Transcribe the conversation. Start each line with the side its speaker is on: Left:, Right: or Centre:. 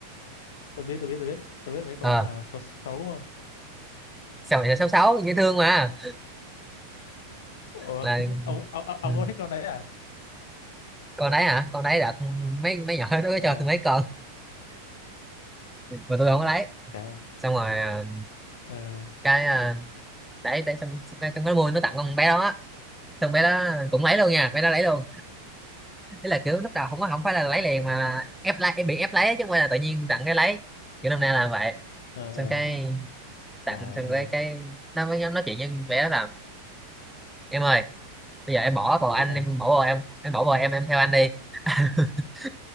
Left: tôi biết tôi biết tôi biết tôi biết mấy con
Centre: ờ
Left: à, xấu xấu đúng không
Centre: sao này là sáu sáu dễ thương mà
Left: ủa
Centre: là
Left: <laughs> ông ông ông ông
Centre: ừ.
Left: có thích con đấy à
Centre: con đấy hả con đấy đợt mấy mấy nhỏ nó có
Left: ờ
Centre: cho tôi mấy con mà tôi không có lấy
Left: trời ơi
Centre: xong rồi à,
Left: ờ
Centre: cái à, đấy đấy xong xong cái, cái mua nó tặng con bé đó á. xong bé đó cũng lấy luôn nha bé đó lấy luôn đấy là kiểu lúc đầu không có không phải là lấy liền mà là ép lấy bị ép lấy chứ không phải là tự nhiên tặng cái lấy kiểu năm nay là vậy
Left: ờ
Centre: xong
Left: ờ
Centre: cái tặng
Left: trời
Centre: xong
Left: ơi
Centre: cái cái nó mới nói chuyện với bé đó là em ơi bây giờ em bỏ bồ anh
Left: thích à
Centre: em bỏ bồ em em bỏ bồ em em theo anh đi <laughs>